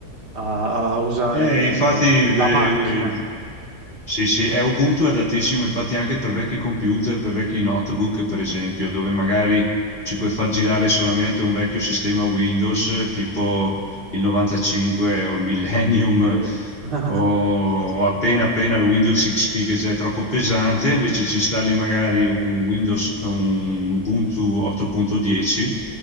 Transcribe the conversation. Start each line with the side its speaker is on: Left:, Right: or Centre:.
Right: a, a usare
Left: Eh, infatti, eh,
Right: eh, la macchina.
Left: eh, sì, sì, è Ubuntu è adattissimo infatti anche per vecchi computer, per vecchi notebook, per esempio, dove magari ci puoi far girare solamente un vecchio sistema Windows, eh, tipo il 95 o il Millennium
Right: Eh, <laughs>
Left: o appena appena il Windows XP che già è troppo pesante, invece ci installi magari un Windows, un Ubuntu 8.10,